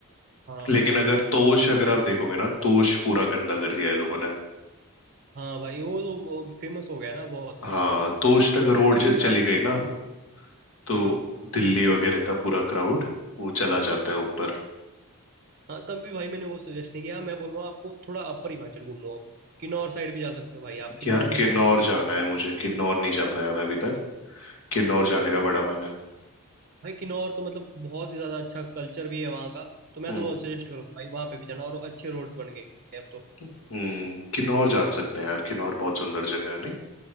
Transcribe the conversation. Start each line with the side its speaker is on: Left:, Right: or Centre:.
Right: हाँ
Left: लेकिन
Right: भाई
Left: अगर
Right: हाँ
Left: तोश अगर आप देखोगे ना तोश पूरा गंदा कर दिया है लोगों ने
Right: हाँ भाई वो तो वो फेमस हो गया ना बहुत वो
Left: हाँ तोश तक रोड
Right: तभी
Left: चली
Right: मैंने आपको
Left: गई
Right: वो suggest-
Left: ना तो
Right: हम्म
Left: दिल्ली वगैरह का पूरा क्राउड वो चला जाता है ऊपर
Right: हाँ तभी भाई मैंने वो सजेस्ट नहीं किया मैं बोल रहा हूँ आपको थोड़ा अपर हिमाचल घूमो अब किन्नौर साइड भी जा सकते हो भाई आप किन्नौर
Left: कि यार
Right: भी
Left: किन्नौर
Right: बहुत खूबसूरत
Left: जाना
Right: जगह-
Left: है मुझे किन्नौर नहीं जा पाया मैं अभी तक किन्नौर
Right: हाँ
Left: जाने का बड़ा मन है
Right: भाई किन्नौर तो मतलब बहुत ही ज़्यादा अच्छा कल्चर भी है वहाँ का तो मैं
Left: हम्म
Right: तो वो सजेस्ट करूँगा भाई वहाँ पे भी जाना और अच्छे रोड्स बन गए हैं अब तो
Left: हम्म किन्नौर जा सकते हैं यार किन्नौर बहुत सुंदर जगह है नहीं